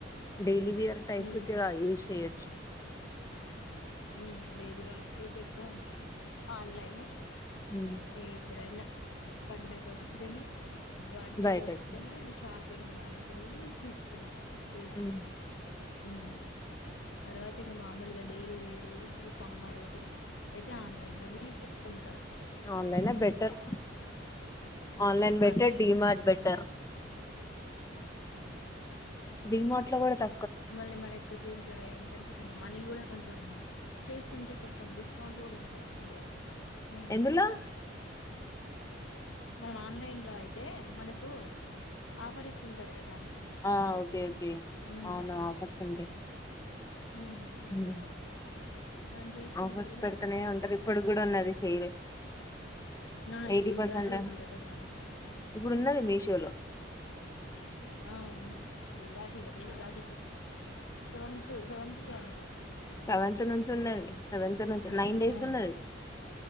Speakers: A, on the left; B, on the left.
A: డైలీ వియర్ టైప్
B: హ్మ్.
A: కె గా యూస్ చెయచ్చు.
B: ఉం డైలీ వాట్కైతె ఎక్కువ ఆన్లైనె
A: ఉమ్
B: ఏ ఎప్పుడన్న పండగోత్తేనె బర్త్డేలొస్తేనే
A: బయటకి
B: ఇ షాప్ షాపింగ్ మాల్ కెళ్ళి తీసుకుంటాం. పిల్లలకి
A: ఉమ్
B: ఉం తర్వాత ఇంగ మామూలుగా డైలీ గ్లో ఈ సమ్మరు అయితే ఆన్లైన్ లోనే తీసుకుంటాం
A: ఆన్లైనే బెటర్ ఆన్లైన్ బెటర్
B: ఆన్లైనె
A: డిమార్ట్
B: బెట్టరు.
A: బెటర్ ఢి మార్ట్ లొ కుడ త
B: మళ్ళీ మనకు దీంట్లో ఏంటంటే కొంచెం మనీ కూడ కొంచెం కొంచెం చేస్తుంటే కొంచెం డిస్కౌంట్ కూడ ఉంటది ఇందులో ఆ
A: ఎందులో
B: మనం ఆన్లైన్ లో అయితే మనకు ఆఫర్ ఇస్తుంటారు కదా
A: ఆ ఓకే ఓకే
B: ఉమ్
A: అవునా పర్సెంటే
B: ఉమ్
A: ఉమ్
B: మనం చేస్తుంటే
A: ఆఫర్స్
B: కూడా
A: పెడుతనే
B: కొంచెం
A: ఉంటారు ఇప్పుడు కూడా ఉన్నది సేల్
B: ఆ
A: ఎయిటీ
B: ఇప్పుడు ఉగాది
A: పర్సెంటేనా
B: ఉంది కదా మళ్ళా
A: ఇప్పుడు ఉన్నది మీ షో లో
B: ఆ ఉంది ఇప్పుడు ఉగాది కదూ ఉగాది <unintelligible> సెవెంత్ సెవెంత్ <unintelligible>
A: సెవెంత్ నుంచి ఉన్నది సెవెన్త్ నుంచి నైన్
B: స్టార్ట్
A: డేస్ ఉన్నది